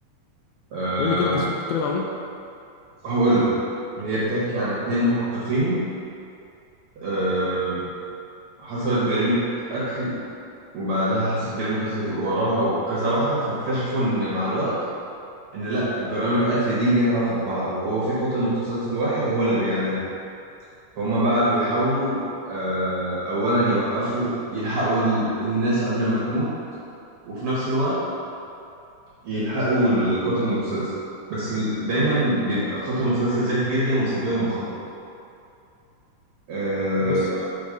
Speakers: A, on the right; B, on the left.
A: أه
B: قول لي كده قصته بتتكلم عن ايه
A: هقول لك هي بتحكي عن اتنين محققين أه حصلت جريمة قتل وبعدها حصلت جريمة قتل تبقى وراها وكذا واحدة فاكتشفوا ان مع الوقت ان لا جرائم القتل دي ليها علاقة ببعض وهو في قاتل متسلسل واحد هو اللي بيعملها فهم بقى بيحاولوا أه اولا يوقفوا يلحقوا ال- الناس قبل ما تموت وفي نفس الوقت يلحقوا القاتل المتسلسل بس ال- دايما بيبقى قاتل متسلسل ذكي جدا وسابقهم بخطوة آه...
B: بص